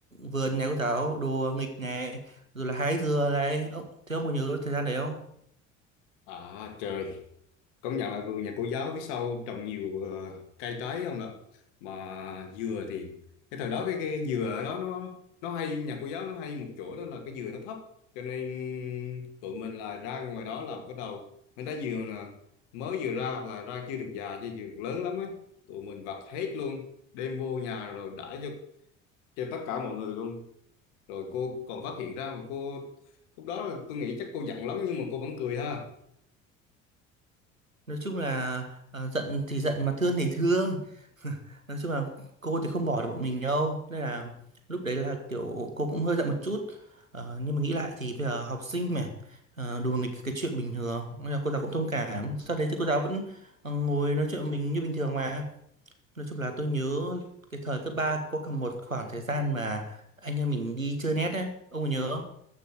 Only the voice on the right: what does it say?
vườn nhà cô giáo đùa nghịch này rồi là hái dừa này ông thế ông có nhớ thời gian đấy không
nói chung là à, giận thì giận mà thương thì thương <laughs> nói chung là cô thì không bỏ được bọn mình đâu nên là lúc đấy là kiểu cô cũng hơi giận một chút Ờ, nhưng mà nghĩ lại thì bây giờ học sinh mà ờ, đùa nghịch cái chuyện bình thường nên là cô giáo cũng thông cảm sau đấy thì cô giáo vẫn ờ, ngồi nói chuyện với mình như bình thường mà nói chung là tôi nhớ cái thời cấp 3 có cả một khoảng thời gian mà anh em mình đi chơi net ấy ông có nhớ không